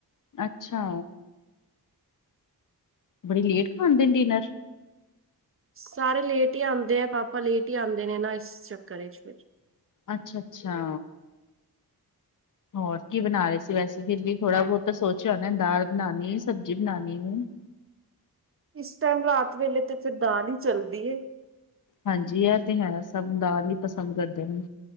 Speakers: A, on the left (about 55°); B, on the right (about 35°).
A: ਅੱਛਾ। ਬੜੀ ਲੇਟ ਖਾਦੇ ਨੇ ਡਿਨਰ।
B: ਸਾਰੇ ਲੇਟ ਹੀ ਆਦੇ ਨੇ ਪਾਪਾ ਲੇਟ ਈ ਆਦੇ ਨੇ ਨਾ ਇਸ ਚੱਕਰ ਵਿਚ ਫਿਰ।
A: ਅੱਛਾ-ਅੱਛਾ। ਹੋਰ ਕੀ ਬਣਾ ਰਹੇ ਸੀ। ਵੈਸੇ ਫਿਰ ਵੀ ਥੋੜਾ ਬਹੁਤ ਸੋਚਿਆ ਹੋਣਾ ਦਾਲ ਬਣਾਉਣੀ, ਸਬਜ਼ੀ ਬਣਾਉਣੀ। <inaudible>
B: ਇਸ ਟਾਈਮ ਰਾਤ ਵੇਲੇ ਤੇ ਫਿਰ ਦਾਲ ਚੱਲਦੀ।
A: ਹਾਂਜੀ। ਇਹ ਤੇ ਹੈ। ਸਭ ਦਾਲ ਹੀ ਪਸੰਦ ਕਰਦੇ ਨੇ।